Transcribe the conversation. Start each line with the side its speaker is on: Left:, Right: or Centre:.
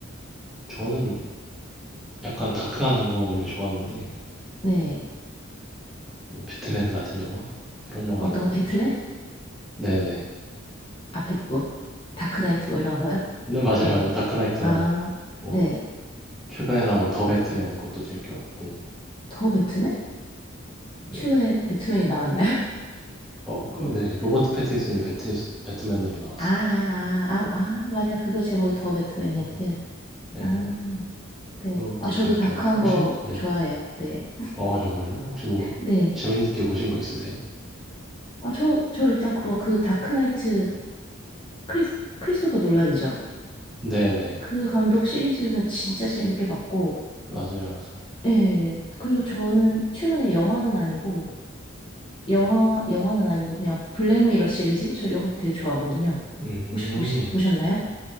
Centre: 저는 약간 다크한 거 원래 좋아하는데,
Left: 네.
Centre: 뭐 배트맨 같은 영화? 그런 영화
Left: 어떤
Centre: 좋아하거든요,
Left: 거, 배트맨?
Centre: 저는. 네네.
Left: 아, 배, 뭐, 다크나이트 뭐 이런 거요?
Centre: 네, <laughs> 맞아요,
Left: 그런,
Centre: 맞아요. 다크나이트랑,
Left: 아,
Centre: 뭐,
Left: 네.
Centre: 최근에 나온 더 배트맨 그것도 재밌게 봤고,
Left: 더 배트맨?
Centre: 네.
Left: 최근에 배트맨이 나왔나요? <laughs>
Centre: 어, 그 네. 로버트 패틴슨이 배트, 배트맨으로 나왔어요.
Left: 아, 아, 아, 아, 맞아. 그거 제목이 더 배트맨이었지.
Centre: 음. 네네.
Left: 아,
Centre: 그것도
Left: 네. 아, 저도
Centre: 재밌게
Left: 다크한
Centre: 봤어요. 혹시,
Left: 거
Centre: 네.
Left: 좋아해요. 네.
Centre: 어, 정말요? 혹시 뭐,
Left: 네.
Centre: 재밌게 보신 거 있으세요?
Left: 아, 저, 저 일단 그럼 그 다크나이트 크리스, 크리스토퍼 놀란이죠.
Centre: 네네.
Left: 그 감독 시리즈는 진짜 재밌게 봤고,
Centre: 맞아요, 맞아요.
Left: 예. 그리고 저는 최근에 영화는 아니고, 영화, 영화는 아니고 그냥 블랙미러 시리즈? 저 이런 거 되게 좋아하거든요.
Centre: 음,
Left: 혹시 보시, 보셨나요?